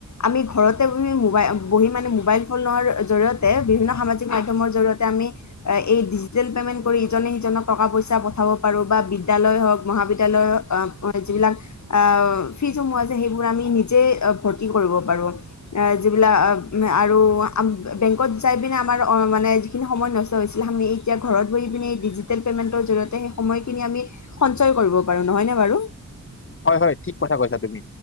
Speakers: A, on the left (about 65°); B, on the left (about 45°).
A: আমি ঘৰতে বহি মোবাই, অ বহি মানে মোবাইল ফোনৰ জৰিয়তে বিভিন্ন সামাজিক মাধ্যমৰ জৰিয়তে আমি এই ডিজিটেল পেমেণ্ট কৰি ইজনে সিজনক টকা পইচা পঠাব পাৰো বা বিদ্যালয়ৰ হক মহাবিদ্যালয়ৰ আ যিবিলাক আ-ফিজসমূহ আছে সেইবোৰ আমি নিজে আ-ভৰ্তি কৰিব পাৰোঁ। আ-যিবিলাক আব-আৰু আম-বেংকত যাই পিনে আমাৰ অ-মানে যিখিনি সময় নষ্ট হৈছিলে হামি এতিয়া ঘৰত বহি পিনে ডিজিটেল পেমেন্টৰ জৰিয়তে সেই সময়খিনি আমি সঞ্চয় কৰিব পাৰোঁ নহয়নে বাৰু?
B: হয়, হয় ঠিক কথা কৈছা তুমি।